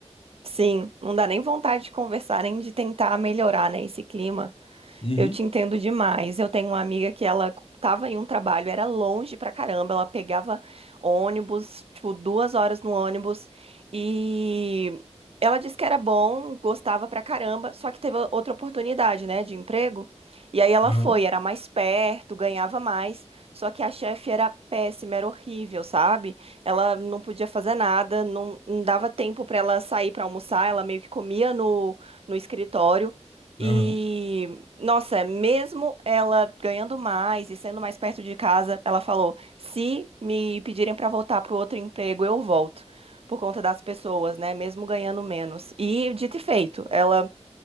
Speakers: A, on the right (about 55°); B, on the left (about 50°).
A: Sim, não dá nem vontade de conversar, nem de tentar melhorar, né, esse clima.
B: Uhum,
A: Eu te entendo demais. Eu tenho uma amiga que ela tava em um trabalho, era longe pra caramba, ela pegava ônibus, tipo, duas horas no ônibus, e ela disse que era bom, gostava pra caramba, só que teve outra oportunidade, né, de emprego, e aí ela
B: aham,
A: foi, era mais perto, ganhava mais, só que a chefe era péssima, era horrível, sabe? Ela não podia fazer nada, não, não dava tempo pra ela sair pra almoçar, ela meio que comia no, no escritório, e
B: aham,
A: nossa, mesmo ela ganhando mais e sendo mais perto de casa, ela falou: se me pedirem para voltar para o outro emprego, eu volto. Por conta das pessoas, né? Mesmo ganhando menos. E dito e feito, ela